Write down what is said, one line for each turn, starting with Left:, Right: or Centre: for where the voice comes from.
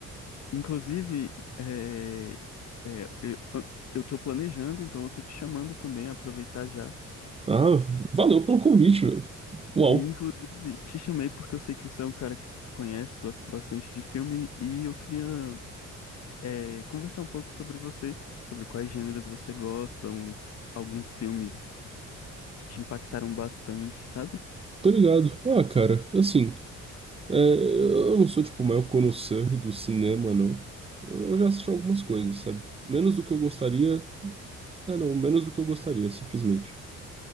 Left: inclusive, é, é, eu, eu tô planejando, então eu tô te chamando também, aproveitar já.
Right: Ah, valeu pelo convite, velho. Uau,
Left: E, inclusive, te chamei porque eu sei que você é um cara que conhece, gosta bastante de filme, e eu queria, eh, conversar um pouco sobre você, sobre quais gêneros você gosta, uns, alguns filmes que te impactaram bastante, sabe?
Right: tô ligado. Ah, cara, assim, é, eu não sou, tipo, o maior connoisseur do cinema, não. Eu já assisti algumas coisas, sabe? Menos do que eu gostaria. É, não, menos do que eu gostaria, simplesmente.